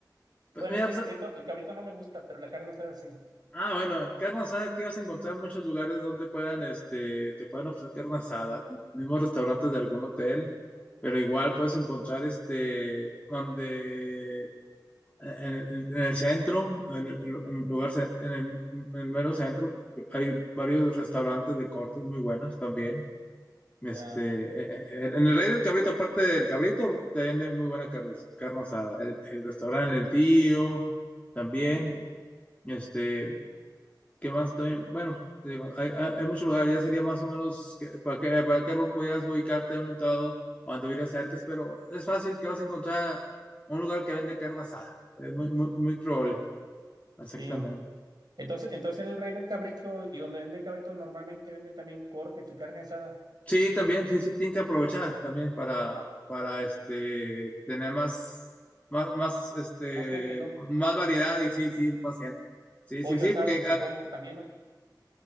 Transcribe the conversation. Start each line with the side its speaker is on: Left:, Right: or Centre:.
Left: pues
Right: Bueno,
Left: mira,
Right: este
Left: pues,
Right: cabrito, el cabrito no me gusta, pero la carne está así.
Left: Ah, bueno, carne asada que vas a encontrar en muchos lugares donde puedan, este, te pueden ofrecer carne asada, los mismos restaurantes de algún hotel, pero igual puedes encontrar, este, donde, en, en- en el centro, en, en- en el lugar, cen- en el, en el mero centro, hay varios restaurantes de cortes muy buenos también. Este,
Right: Ya,
Left: eh, eh, en el Rey del Cabrito, aparte del Cabrito, te venden muy buena carne, carne asada. El, el restaurante El Tío, también.
Right: ya,
Left: Este, ¿Qué más también? Bueno, te digo, hay, hay, hay muchos lugares, ya sería más o menos que- para qué, para qué rumbo podías ubicarte aumentado o momento cuando cerca, pero es fácil que vas a encontrar un lugar que vende carne asada. Es muy, muy, muy probable,
Right: ya.
Left: exactamente.
Right: Sí. Entonces, entonces en el Rey del Cabrito y donde venden cabrito normalmente venden también cortes y carne asada.
Left: Sí, también, sí, sí, tienen que aprovechar también para, para este, tener más, más, más, este,
Right: Más gente, ¿no?
Left: más variedad y sí, sí, más gente. Sí,
Right: Pollo
Left: sí, sí,
Right: asado,
Left: porque ca-
Right: supongo que también, ¿no?